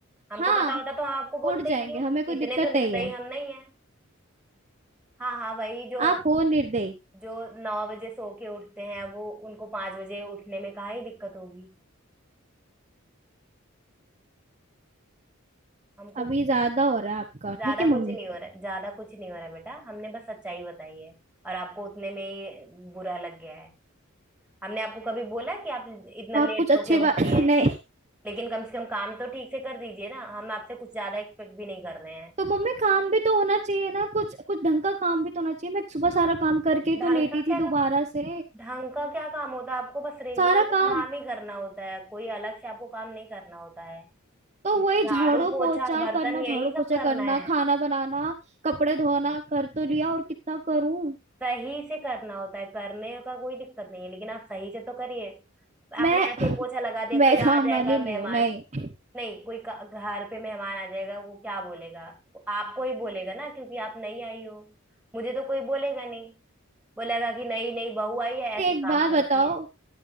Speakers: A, in the centre; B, on the right.
A: हमको
B: हाँ
A: पता होता तो हम आपको बोलते
B: उड़ जाएंगे
A: ही क्यों
B: हमें कोई
A: इतने
B: दिक्कत
A: तो
B: नहीं
A: निर्दयी
B: है
A: हम नहीं है हाँ हाँ वही जो
B: आप हो निर्दयी
A: जो नौ बजे सो के उठते हैं वो उनको पाँच बजे उठने में काहे ही दिक्कत होगी हमको
B: अभी
A: कुछ
B: ज्यादा हो रहा है आपका
A: ज्यादा
B: ठीक है मम्मी
A: कुछ नहीं हो रहा है ज्यादा कुछ नहीं हो रहा है बेटा हमने बस सच्चाई बताई है और आपको उतने में ही बुरा लग गया है हमने आपको कभी बोला कि आप इतना
B: तो
A: लेट
B: आप कुछ
A: सो
B: अच्छे
A: के उठती
B: बात <laughs>
A: हैं
B: नहीं
A: लेकिन कम से कम काम तो ठीक से कर दीजिए ना हम आपसे कुछ ज्यादा एक्सपेक्ट भी नहीं कर रहे हैं
B: तो मम्मी काम भी तो होना चाहिए ना कुछ कुछ ढंग का काम भी तो होना चाहिए मैं सुबह सारा काम करके ही
A: ढंग
B: तो लेटी
A: का क्या
B: थी दोबारा से
A: ढंग का क्या काम होता है आपको बस रेगुलर
B: सारा
A: का
B: काम
A: काम ही करना होता है कोई अलग से आपको काम नहीं करना होता है
B: तो वही
A: झाड़ू
B: झाड़ू
A: पोछा
B: पोछा
A: बर्तन
B: करना झाड़ू
A: यही
B: पोछा
A: सब करना
B: करना
A: है
B: खाना बनाना कपड़े धोना कर तो लिया और कितना करूं
A: सही से करना होता है करने का कोई दिक्कत नहीं है लेकिन आप सही से तो करिए आपने
B: मैं
A: ऐसे ही पोछा लगा दिया
B: मैं
A: कोई
B: काम
A: आ जाएगा
B: वाली नहीं
A: मेहमान
B: हूँ नहीं
A: नहीं कोई का- घर पे मेहमान आ जाएगा वो क्या बोलेगा वो आपको ही बोलेगा ना क्योंकि आप नहीं आई हो मुझे तो कोई बोलेगा नहीं बोलेगा कि नहीं नहीं बहू आई है ऐसे
B: एक
A: काम
B: बात
A: करती
B: बताओ
A: है